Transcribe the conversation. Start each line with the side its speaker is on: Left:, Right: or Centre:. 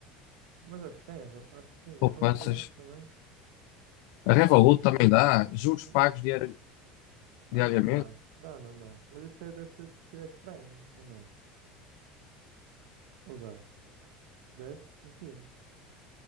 Right: Mas acho que tem, erro, acho que tinha.
Left: Poupanças.
Right: Não tem isso também?
Left: A
Right: Bem,
Left: Revolut também dá juros
Right: não,
Left: pagos diari-
Right: tá,
Left: diariamente.
Right: não dá. Dá, não dá. Mas isso é, deve ser se tiveres Prime, ou não? Ou dá? Se desse, metia.